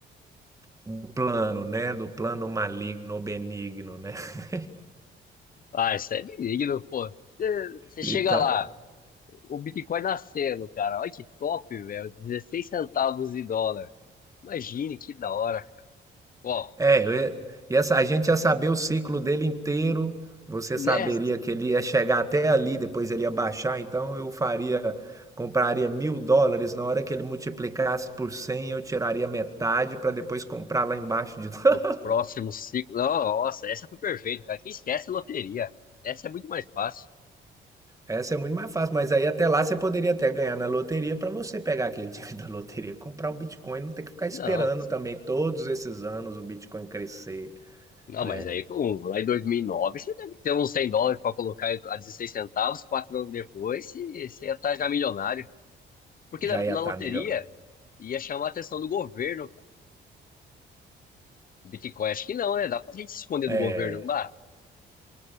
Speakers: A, on the right (about 15°); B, on the left (about 45°).
A: do plano, né? Do plano maligno ou benigno, né? <laughs>
B: Ah, isso é benigno, pô. Você, você
A: E
B: chega
A: tá.
B: lá, o Bitcoin nascendo, cara. Olha que top, velho. 16 centavos de dólar. Imagine que da hora, cara. Ó,
A: É, eu ia- e essa, a gente ia saber o ciclo dele inteiro, você
B: né?
A: saberia que ele ia chegar até ali, depois ele ia baixar, então eu faria, compraria mil dólares, na hora que ele multiplicasse por 100, eu tiraria metade para depois comprar lá embaixo de novo. <laughs>
B: No próximo ciclo. Não, Nossa, essa foi perfeita, cara. Quem esquece loteria? Essa é muito mais fácil.
A: Essa é muito mais fácil, mas aí até lá você poderia até ganhar na loteria para você pegar aquele <laughs> dinheiro da loteria, comprar o Bitcoin, não ter que ficar esperando
B: Não,
A: também todos esses anos o Bitcoin crescer,
B: não,
A: né?
B: mas aí com- lá em 2009 você deve ter uns 100 dólares para colocar a 16 centavos. Quatro anos depois você, você ia estar já milionário. Porque na,
A: Já
B: na
A: ia estar
B: loteria
A: melhor.
B: ia chamar a atenção do governo, cara. Bitcoin, acho que não, né? Dá pra gente se esconder
A: É,
B: do governo, não dá?